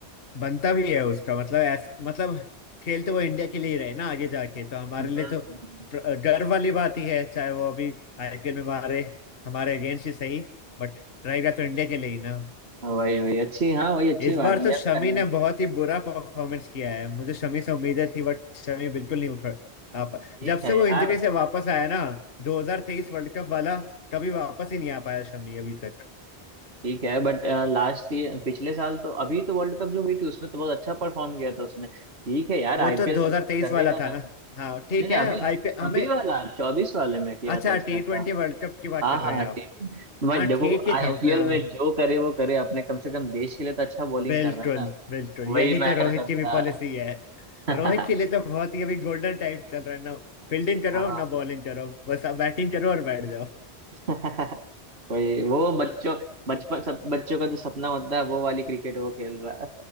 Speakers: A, on the left; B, on the right.
A: बनता भी है उसका मतलब ऐस, मतलब खेल तो वो इंडिया के लिए ही रहे ना आगे जाके तो हमारे
B: हम्म
A: लिए तो
B: हम्म।
A: प्र- गर्व वाली बात ही है चाहे वो अभी आईपीएल में मारे हमारे अगेंस्ट ही सही बट रहेगा तो इंडिया के लिए ही ना
B: वही वही अच्छी हाँ वही अच्छी
A: इस
B: बात
A: बार
B: है
A: तो
B: यार
A: शमी
B: टैलेंट
A: ने बहुत ही बुरा परफॉर्मेंस किया है मुझे शमी से उम्मीदें थी बट शमी बिल्कुल नहीं उठ आ पा
B: ठीक
A: जब
B: है
A: से
B: यार
A: वो इंजरी से वापस आया ना 2023 वर्ल्ड कप वाला कभी वापस ही नहीं आ पाया शमी अभी तक
B: ठीक है बट लास्ट ये पिछले साल तो अभी तो वर्ल्ड कप जो हुई थी उसमें तो बहुत अच्छा परफॉर्म किया था उसने ठीक है यार
A: वो
B: आईपीएल
A: तो 2023
B: में करे
A: वाला
B: या ना
A: था ना
B: नहीं
A: हाँ ठीक
B: नहीं
A: है
B: अभी
A: आईपीएल हमें
B: अभी वाला चौबीस वाले में किया
A: अच्छा
B: था उसने
A: टी
B: अच्छा
A: ट्वेंटी वर्ल्ड कप की बात
B: हाँ
A: कर रहे
B: हाँ
A: हैं आप
B: ठीक है। भाई
A: हाँ
B: देखो
A: ठीक ही
B: आईपीएल
A: था उसमें हाँ
B: में जो करे वो करे अपने कम से कम देश के लिए तो अच्छा बॉलिंग
A: बिल्कुल
B: कर रहा है ना
A: बिल्कुल
B: वही
A: यही
B: मैटर
A: तो रोहित
B: करता
A: की भी पॉलिसी है
B: है
A: रोहित के लिए
B: <laughs>
A: तो बहुत ही अभी गोल्डन टाइम चल रहा है ना फील्डिंग करो
B: हाँ
A: ना बॉलिंग करो बस आप बैटिंग करो और बैठ जाओ
B: <laughs> वही वो बच्चों बचपन सब बच्चों का जो सपना होता है वो वाली क्रिकेट वो खेल रहा है